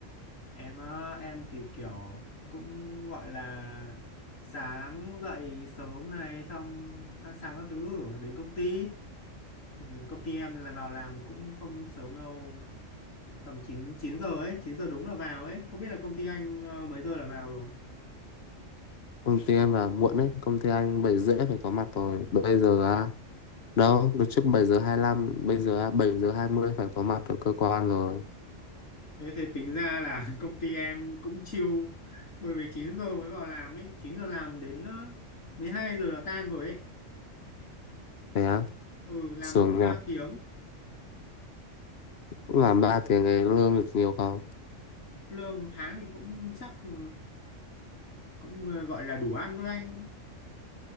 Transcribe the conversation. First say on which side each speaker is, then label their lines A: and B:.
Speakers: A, on the left; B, on the left.
A: Em á, em thì kiểu cũng gọi là sáng dậy sớm này xong ăn sáng các thứ rồi đến công ty. Ừ, Công ty em là vào làm cũng không sớm đâu, tầm 9 9 giờ ấy, 9 giờ đúng là vào ấy. Không biết là công ty anh ờ, mấy giờ là vào rồi.
B: công ty em là muộn đấy công ty anh 7 rưỡi phải có mặt rồi bây giờ à đâu được trước bảy giờ hai lăm bây giờ à 7 giờ 20 phải có mặt ở cơ quan rồi
A: Thế thì tính ra là <laughs> công ty em cũng chill bởi vì 9 giờ mới vào làm ấy, 9 giờ làm đến ờ, 12 giờ là tan rồi ấy.
B: thế á
A: Ừ làm
B: sướng
A: mỗi ba
B: nhỉ
A: tiếng,
B: cũng làm 3 tiếng ấy lương được nhiều không
A: lương tháng thì cũng chắc ừ, cũng ờ, gọi là đủ ăn thôi anh.